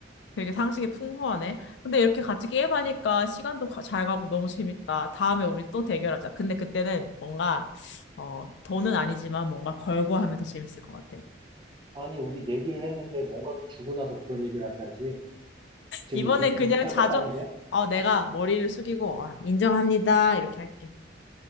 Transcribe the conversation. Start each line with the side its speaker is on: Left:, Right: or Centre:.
Left: 되게 상식이 풍부하네. 근데 이렇게 같이 게임하니까 시간도 가- 잘 가고 너무 재밌다. 다음에 우리 또 대결하자. 근데 그때는 뭔가, 어, 돈은 아니지만 뭔가 걸고 하면 더 재밌을 것 같아.
Right: 아니, 우리 내기를 했는데 뭔가로 주고 나서 그런 얘기를 하셔야지. 지금
Left: 이번엔
Right: 이게,
Left: 그냥
Right: 이걸 따겠다는
Left: 자주,
Right: 거야?
Left: 어, 내가 머리를 숙이고, 아, 인정합니다. 이렇게 할게.